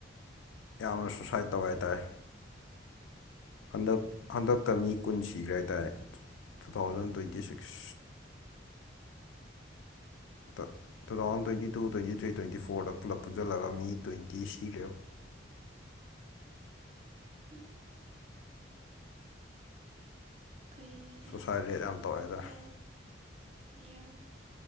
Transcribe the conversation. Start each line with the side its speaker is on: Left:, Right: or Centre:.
Left: ꯌꯥꯝꯅ ꯁꯨꯁꯥꯏꯠ ꯇꯧꯏ ꯍꯥꯏ ꯇꯔꯦ ꯍꯟꯗꯛ ꯍꯟꯗꯛꯇ ꯃꯤ ꯀꯨꯟ ꯁꯤꯈꯔꯦ ꯍꯥꯏꯇꯥꯔꯦ ꯇꯨ ꯊꯥꯎꯖꯟ ꯇ꯭ꯋꯦꯟꯇꯤ ꯁꯤꯛꯁ ꯇ two thousand twenty two twenty three twenty ꯐꯣꯔꯗ ꯄꯨꯂꯞ ꯄꯨꯟꯁꯤꯜꯂꯒ ꯃꯤ ꯇ꯭ꯋꯦꯟꯇꯤ ꯁꯤꯈ꯭ꯔꯦꯕ ꯫ <inaudible>
Right: ꯎꯝ ꯀꯩ ꯑꯣꯏꯖꯠꯅꯣ
Left: ꯁꯨꯁꯥꯏꯠ ꯔꯦꯠ ꯌꯥꯝ ꯇꯧꯋꯦ ꯍꯥꯏꯇꯥꯔꯦ
Right: ꯌꯥꯝ ꯌꯥꯝ